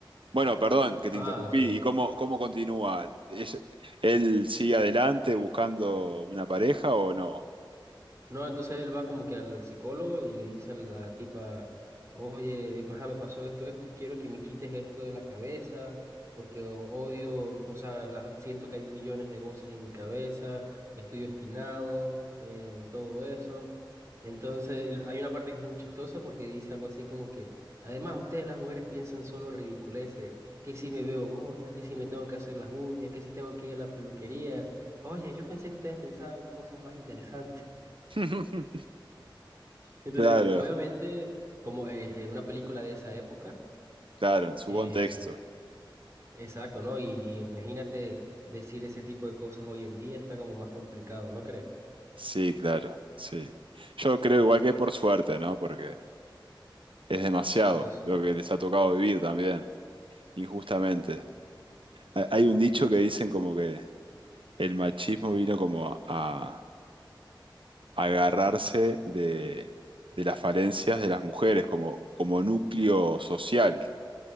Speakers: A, on the right; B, on the right.
A: Bueno, perdón que te
B: Ah,
A: interrumpí.
B: sí.
A: ¿Y cómo, cómo continúa? ¿Es- ¿Él sigue adelante buscando una pareja o no?
B: No, entonces él va como que al psicólogo y le dice a la, a la tipa, oye, ajá, me pasó esto, esto, y quiero que me quites esto de la cabeza, porque o- odio, o sea, la- siento que hay millones de voces en mi cabeza, estoy obstinado en todo eso. Entonces, y hay una parte que es muy chistosa porque dice algo así como que, además, ustedes las mujeres piensan solo ridiculeces, que si me veo gorda, que si me tengo que hacer las uñas, que si tengo que ir a la peluquería. Oye, yo pensé que ustedes pensaban cosas más interesantes.
A: <laughs>
B: Entonces,
A: Claro,
B: obviamente, como eh, eh, una película de esa época,
A: claro, en su
B: eh,
A: contexto.
B: exacto, ¿no? Y, y imagínate decir ese tipo de cosas hoy en día está como más complicado, ¿no crees?
A: Sí, claro, sí. Yo creo igual que por suerte, ¿no? Porque es demasiado
B: Es,
A: lo que les ha tocado vivir también, injustamente. Ha- Hay un dicho que dicen como que el machismo vino como a, a agarrarse de, de las falencias de las mujeres como, como núcleo social.